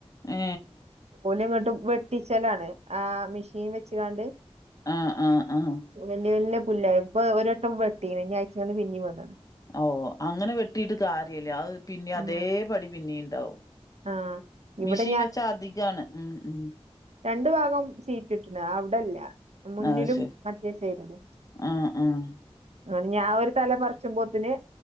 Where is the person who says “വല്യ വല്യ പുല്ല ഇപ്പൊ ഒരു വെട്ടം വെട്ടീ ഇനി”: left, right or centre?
Right